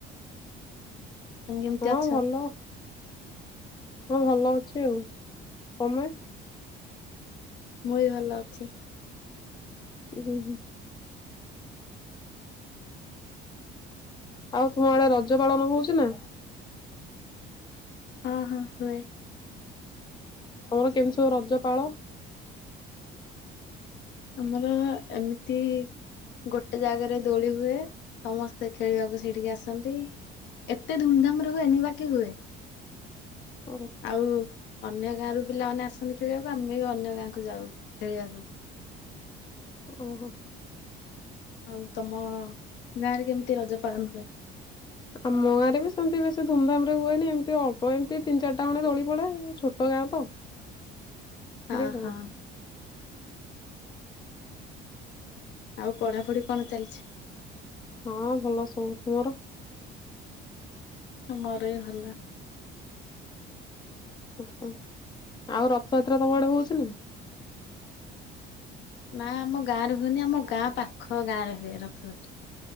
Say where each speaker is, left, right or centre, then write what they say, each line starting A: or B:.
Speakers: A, on the left; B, on the left.
A: ତମ କେମିତି
B: ହଁ
A: ଅଛା
B: ଭଲ ହଁ ଭଲ ଅଛି ଆଉ ତମେ?
A: ମୁଁ ବି ଭଲ ଅଛି।
B: ହୁଁ ହୁଁ। ଆଉ ତୁମ ଆଡେ ରଜ ପାଳନ ହଉଛି ନା?
A: ହଁ ହଁ ହୁଏ।
B: ଆମର କେମିତି ସବୁ ରଜ ପାଳ
A: ଆମର ଏମିତି ଗୋଟେ ଜାଗାରେ ଦୋଳି ହୁଏ ସମସ୍ତେ ଖେଳିବାକୁ ସେିଠିକି ଆସନ୍ତି ଏତେ ଧୁମଧାମ ରେ ହୁଏନି ବାକି ହୁଏ।
B: ଓହୋ
A: ଆଉ ଅନ୍ୟ ଗାଁ ରୁ ପିଲାମାନେ ଆସନ୍ତି ଖେଳିବାକୁ, ଆମେ ବି ଅନ୍ୟ ଗାଁକୁ ଯାଉ ଖେଳିବାକୁ।
B: ଓହୋ।
A: ଆଉ ତୋମ ଗାଁ ରେ କେମିତି ରଜ ପାଳନ ହୁଏ?
B: ଆମ ଗାଁରେ ବି ସେମିତି ବେଶୀ ଧୁମଧାମ୍ ରେ ହୁଏନି ଏମିତି ଅଳ୍ପ ଏମିତି ତିନି ଚାରିଟା ଖଣ୍ଡେ ଦୋଳି ପଡେ, ଛୋଟ ଗାଁ ତ। ଏମିତି
A: ଓ ହଁ।
B: ଆଉ
A: ଆଉ ପଢ଼ାପଢ଼ି କଣ ଚାଲିଛି?
B: ହଁ ଭଲ ସବୁ, ତୁମର?
A: ମୋର ବି ଭଲ।
B: ଓହୋ, ଆଉ ରଥଯାତ୍ରା ତୋମ ଆଡ଼େ ହଉଚି ନା?
A: ନା ଆମ ଗାଁରେ ହୁଏନି, ଆମ ଗାଁ ପାଖ ଗାଁରେ ହୁଏ ରଥଯାତ୍ରା।